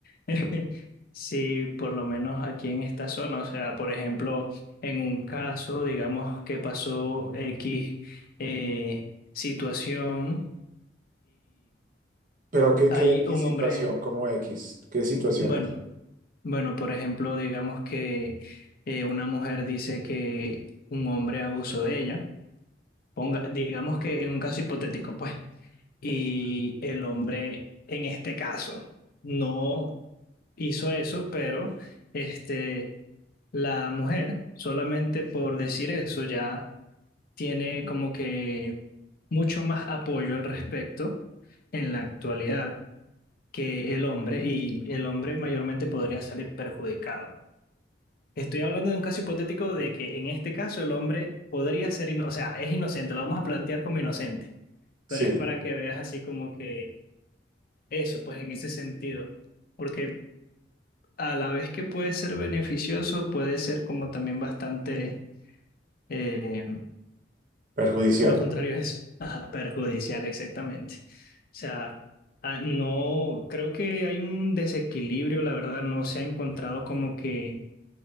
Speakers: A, on the left; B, on the right.
A: <laughs> Sí, por lo menos aquí en esta zona. O sea, por ejemplo, en un caso, digamos, que pasó X eh, situación.
B: Pero ¿qué,
A: Hay
B: qué, qué
A: un
B: situación?
A: hombre,
B: ¿Cómo X? ¿Qué situación
A: bueno,
B: es?
A: bueno, por ejemplo, digamos que eh, una mujer dice que un hombre abusó de ella, ponga, digamos que en un caso hipotético, pues, y el hombre en este caso no hizo eso, pero este, la mujer solamente por decir eso ya tiene como que mucho más apoyo al respecto en la actualidad que el hombre, y el hombre mayormente podría salir perjudicado. Estoy hablando de un caso hipotético de que en este caso el hombre podría ser, ino- o sea, es inocente, lo vamos a plantear como inocente, pero
B: Sí,
A: es para que veas así como que eso, pues en ese sentido, porque a la vez que puede ser beneficioso, puede ser como también bastante... eh,
B: perjudicial.
A: Lo contrario es ajá, perjudicial, exactamente. O sea, ah, no, creo que hay un desequilibrio, la verdad, no se ha encontrado como que